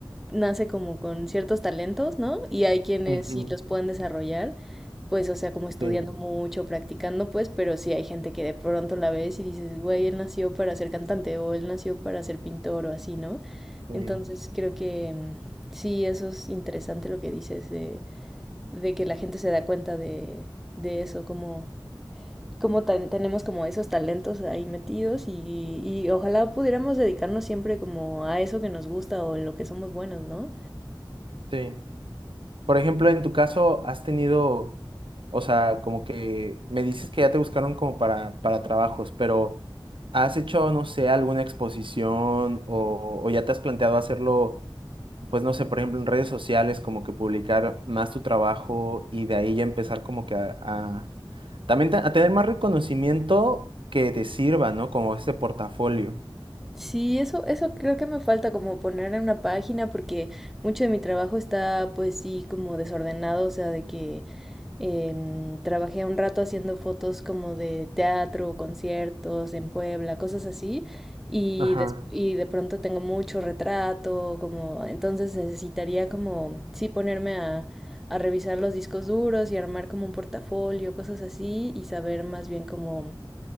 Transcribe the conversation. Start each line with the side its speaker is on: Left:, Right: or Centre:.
Centre: nace como con ciertos talentos, ¿no? Y hay quienes
Right: Ujú.
Centre: sí los pueden desarrollar, pues, o sea, como estudiando
Right: Sí,
Centre: mucho, practicando, pues, pero sí hay gente que de pronto la ves y dices, güey, él nació para ser cantante o él nació para ser pintor o así, ¿no?
Right: sí,
Centre: Entonces creo que mm, sí, eso es interesante lo que dices de, de que la gente se da cuenta de, de eso, como, como tan- tenemos como esos talentos ahí metidos y, y ojalá pudiéramos dedicarnos siempre como a eso que nos gusta o en lo que somos buenos, ¿no?
Right: sí. Por ejemplo, en tu caso, has tenido, o sea, como que me dices que ya te buscaron como para, para trabajos, pero ¿has hecho, no sé, alguna exposición o, o ya te has planteado hacerlo, pues no sé, por ejemplo, en redes sociales, como que publicar más tu trabajo y de ahí ya empezar como que a, a- también te- a tener más reconocimiento que te sirva, ¿no? Como este portafolio.
Centre: Sí, eso, eso creo que me falta como poner en una página porque mucho de mi trabajo está pues sí como desordenado, o sea, de que em, trabajé un rato haciendo fotos como de teatro, conciertos en Puebla, cosas así, y,
Right: Ajá.
Centre: des- y de pronto tengo mucho retrato, como entonces necesitaría como sí ponerme a, a revisar los discos duros y armar como un portafolio, cosas así, y saber más bien como